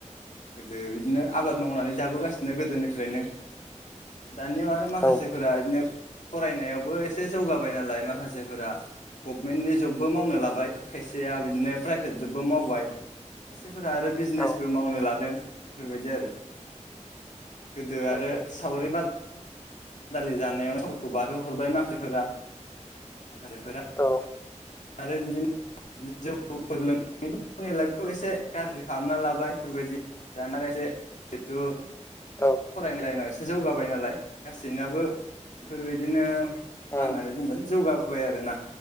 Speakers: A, on the left (about 70°); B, on the left (about 20°).
A: गोदो बिदिनो आबाद मावनानै जाबोगासिनो गोदोनि फ्रायनो दानियाव आरो माखासेफोरा
B: औ
A: इदिनो फरायनायावबो एसे जौगा बाय नालाय माखासेफोरा गबमेननि जब बो मावनो लाबाय खायसेया बिदिनो प्राइभेट जबबो मावबाय। खायफाफोरा आरो बिजनेसबो
B: औ
A: मावनो लादों। इफोरबायदि आरो गोदो
B: औ
A: आरो सावरि बादा <unintelligible> जानायाव समफोरखौ बारहोहरबाय माखासेफोरा माखासेफोरा
B: औ
A: आरो बिदिनो जौ लोंनानै गावनि लाइफखौ एसे गाज्रि खालामना लाबाय बेफोरबायदि दाना आरो एसे जिथु
B: औ
A: फरायनाय लायेनाव एसे जौगाबाय नालाय गासैनाबो बेफोरबायदिनो मा
B: उम
A: होननानै बुंगोन जौगा बाय आरोना